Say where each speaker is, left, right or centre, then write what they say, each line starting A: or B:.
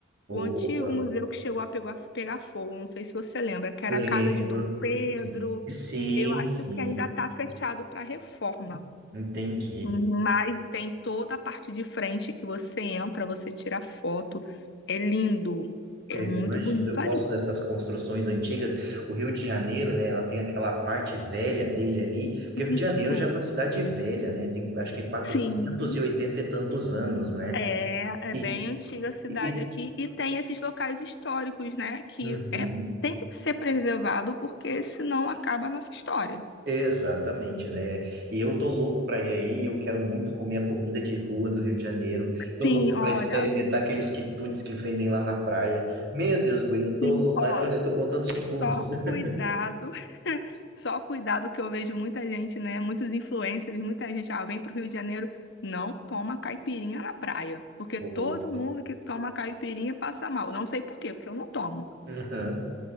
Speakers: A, on the right (about 55°); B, on the left (about 60°).
A: Opa,
B: o antigo museu que chegou a pegar, pegar fogo, não sei se você lembra, que era
A: lembro.
B: a casa de Dom Pedro.
A: Sim,
B: Eu acho
A: sim, sim,
B: que ainda está fechado para reforma,
A: entendi.
B: mas tem toda a parte de frente que você entra, você tira foto. É lindo, é
A: É,
B: muito
A: Eu imagino,
B: bonito
A: eu gosto
B: ali.
A: dessas construções antigas. O Rio de Janeiro, né? Ela tem aquela parte velha dele ali, porque o Rio de
B: Isso,
A: Janeiro já é uma cidade velha, né? Tem acho que 480
B: sim.
A: e oitenta e tantos anos, né?
B: É, é
A: E,
B: bem antiga a cidade
A: e,
B: aqui e tem esses locais históricos, né, que
A: uhum.
B: é, tem que ser preservado porque senão acaba a nossa história.
A: Exatamente, né? E eu tô louco para ir aí, eu quero muito comer a comida de rua do Rio de Janeiro.
B: Sim,
A: Tô louco
B: olha.
A: para experimentar aqueles quitutes que vendem lá na praia. Meu Deus, guria, eu tô
B: Sim,
A: louco,
B: ó,
A: mas olha, eu tô contando segundos.
B: só
A: <laughs>
B: cuidado, <laughs> só cuidado que eu vejo muita gente, né? Muitos influencers, muita gente, ah, vem pro Rio de Janeiro, não toma caipirinha na praia, porque
A: Opa.
B: todo mundo que toma caipirinha passa mal. Não sei por quê, porque eu não tomo.
A: Uhum,